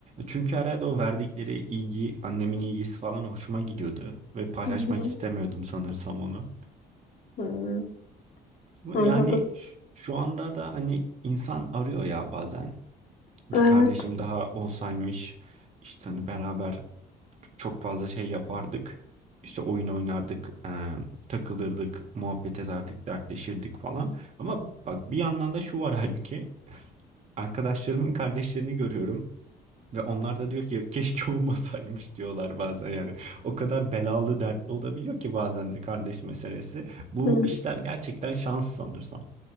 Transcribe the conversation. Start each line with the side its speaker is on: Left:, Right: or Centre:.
Right: Çünkü herhalde o verdikleri ilgi, annemin ilgisi falan hoşuma gidiyordu ve paylaşmak
Left: Hı hı.
Right: istemiyordum sanırsam onu.
Left: Hı,
Right: Ama
Left: anladım.
Right: yani ş- şu anda da hani insan arıyor ya bazen. Bir
Left: Evet.
Right: kardeşim daha olsaymış. işte hani beraber çok fazla şey yapardık. İşte oyun oynardık, e, takılırdık, muhabbet ederdik, dertleşirdik falan. Ama bak bir yandan da şu var <laughs> halbuki. Arkadaşlarımın kardeşlerini görüyorum ve onlar da diyor ki keşke <laughs> olmasaymış diyorlar bazen yani. O kadar belalı, dertli olabiliyor ki bazen de kardeş meselesi. Bu
Left: Hı.
Right: işler gerçekten şans sanırsam.